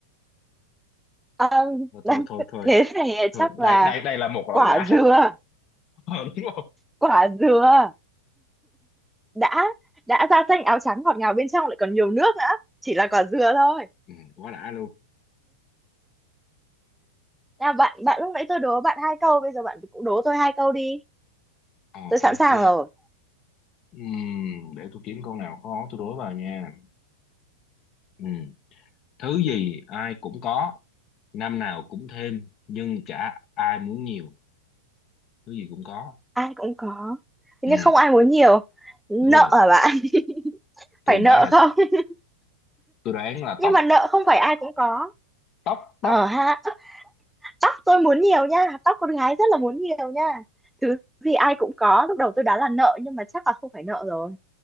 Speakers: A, in the centre; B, on the left.
A: Ờm,
B: thôi thôi thôi thôi
A: thế này
B: thôi
A: chắc
B: đây
A: là
B: đây đây là một
A: quả
B: là quả
A: dừa
B: <laughs> Ờ, đúng rồi
A: quả dừa đã đã da xanh áo trắng ngọt ngào bên trong lại còn nhiều nước nữa chỉ là quả dừa thôi
B: ừ, quá đã luôn
A: Nào bạn bạn lúc nãy tôi đố bạn hai câu bây giờ bạn cũng đố tôi hai câu đi
B: ờ
A: tôi
B: ok
A: sẵn sàng rồi
B: Ừm, để tôi kiếm câu nào khó tôi đối vào nha ừ thứ gì ai cũng có năm nào cũng thêm nhưng chả ai muốn nhiều thứ gì cũng có
A: ai cũng có thế
B: ừ
A: nhưng không ai muốn nhiều nợ
B: đúng rồi
A: hả bạn <laughs>
B: tôi
A: phải nợ
B: đoán là
A: không <laughs>
B: tôi đoán là
A: nhưng
B: tóc
A: mà nợ không phải ai cũng có
B: tóc
A: ờ
B: tóc
A: ha tóc tôi muốn nhiều nha tóc con gái rất là muốn nhiều nha thứ gì ai cũng có lúc đầu tôi đoán là nợ nhưng mà chắc là không phải nợ rồi